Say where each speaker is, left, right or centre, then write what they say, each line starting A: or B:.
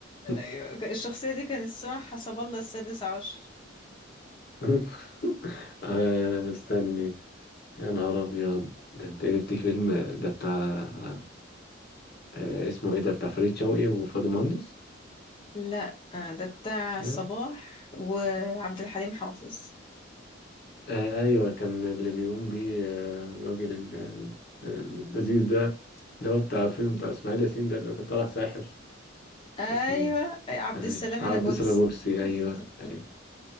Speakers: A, on the left; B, on the left.
A: ايوه
B: <laughs>
A: ك- الشخصية دي كان اسمها حسب الله السادس عشر
B: <laughs> آه، استني يا نهار ابيض ده انت جبت فيلم ده بتاع آه، اسمه ايه ده بتاع فريد شوقي وفؤاد المهندس
A: لا آه، ده بتاع
B: آه
A: صباح وعبد الحليم حافظ
B: ايوه كان اللي بيقوم بيه آه، الراجل ال- آه، اللذيذ ده اللي هو بتاع فيلم بتاع اسماعيل ياسين ده اللي كان طالع ساحر
A: ايوه
B: اسمه
A: أي- عبد
B: ايوه
A: السلام
B: عبد
A: النابلسي
B: البورسي
A: <laughs>
B: ايوه ايوه